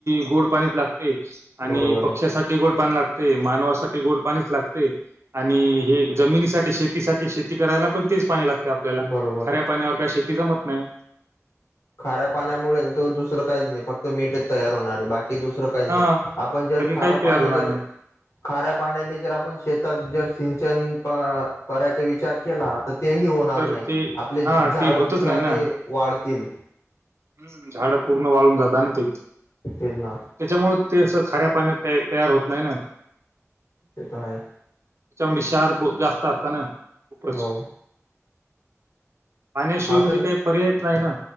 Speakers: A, on the right; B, on the left.
A: गोड पाणीच लागतं. आणि
B: बरोबर
A: पक्ष्यासाठी
B: आहे
A: गोड पाणी लागते मानवासाठी गोड पाणीच लागते. आणि हे जमिनीसाठी शेतीसाठी शेती करायला पण तेच पाणी लागत आपल्याला
B: बरोबर
A: खाऱ्या
B: आहे.
A: पाण्यावर काय शेती जमत नाही.
B: खाऱ्या पाण्यामुळे तर दुसरं काहीच नाही फक्त मीठच तयार होणार आहे बाकी की दुसरं काही नाही
A: हा बाकी
B: आपण जर खारं
A: काहीच तयार
B: पाणी
A: होणार
B: जर
A: नाही.
B: खाऱ्या पाण्याने जर आपण शेतात जर सिंचन करायचा विचार केला. तर ते ह होणार
A: तर
B: नाही
A: ते
B: आपले झाडं
A: हा ते होतच
B: सुद्धा
A: नाही ना.
B: ते वाळतील.
A: हम्म झाडं पूर्ण वाळून जाता ना ते
B: तेच नां.
A: त्याच्यामुळे ते असं खाऱ्या पाण्यात काय तयार होत नाही ना.
B: तेेच तर आहेच.
A: त्याच्याव क्षार जास्त आसता ना. खूपच
B: हो.
A: पाण्याशिय
B: असं
A: म्हणजे काही पर्यायच नाही ना.